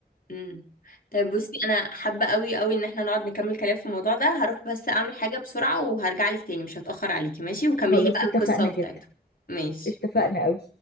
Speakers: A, on the left; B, on the left.
A: امم طيب بصي انا حابه قوي قوي ان احنا نقعد نكمل كلام في الموضوع ده هروح بس اعمل حاجه بسرعه وهرجع لك تاني مش هتاخر عليكي ماشي وكملي
B: فخلاص
A: لي بقى
B: اتفقنا
A: القصه بتاعته
B: جدا
A: ماشي
B: اتفقنا
A: باي
B: قوي